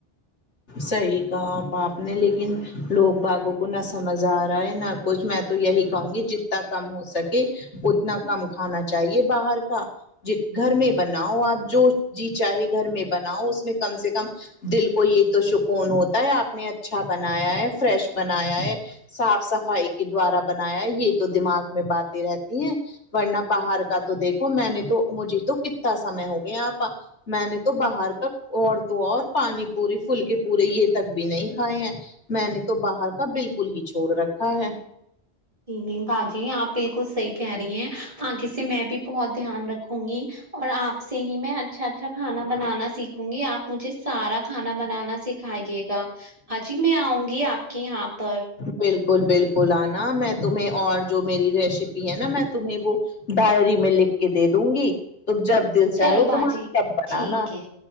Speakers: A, on the left; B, on the right.
A: صحیح کہا پ آپ نے لیکن لوگ باغوں کو نہ سمجھ آ رہا ہے نہ کچھ میں تو یہی کہوں گی جتنا کم ہو سکے اتنا کم کھانا چاہیے باہر کا جی گھر میں بناؤ آپ جو جیز چاہے گھر میں بناؤ اس میں کم سے کم دل کو یہ تو شکون ہوتا ہے آپ نے اچھا بنایا ہے فریش بنایا ہے صاف صفائی کے دوارا بنایا یہ تو دماغ میں باتیں رہتی ہیں ورنہ باہر کا تو دیکھو میں نے تو مجھے تو کتنا سمے ہو گیا آپا میں نے تو باہر کا عتوں اور پانی پوری پلک پورے یہ تک بھی نہیں کھائے ہیں میں نے تو باہر کا بلکل ہی چھوڑ رکھا ہے
B: ج نہیں بھ جی آپ بالکل صحیح کہہ رہی ہیں آگے سے میں بھی بہت دھیان رکھوں گی اور آپ سے ہی میں اچھا اچھا کھانا بنانا سیکھوں گی آپ مجھے سارا کھانا بنانا سکھائیے گا ہاں جی میں آؤں گی آپ کے یہاں پر
A: بلکل بلکل آنا میں تمہیں اور جو میری ریسیپی ہے نا میں تمہیں وہ ڈائری میں لکھ کے دے دوں گی تم جب دل
B: چلو
A: چاہے
B: باجی
A: تمہار تب بنانا
B: ٹھیک ہے